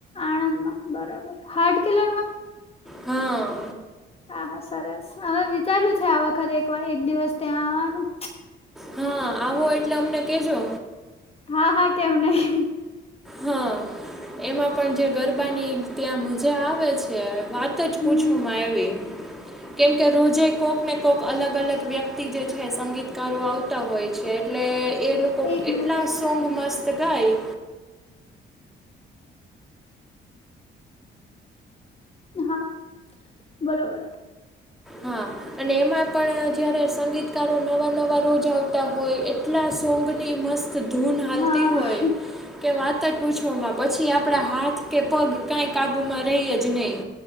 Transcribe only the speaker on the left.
આણંદ માં. બરાબર હાર્ડ કિલર માં?
હા હા સરસ હવે વિચાર્યું છે આ વખતે એક વાર એક દિવસ ત્યાં આવવાનું.
હા હા કેમ નહી.
હમ
એક મિનિટ
એક મિનિટ
હા બોલો બોલો.
હા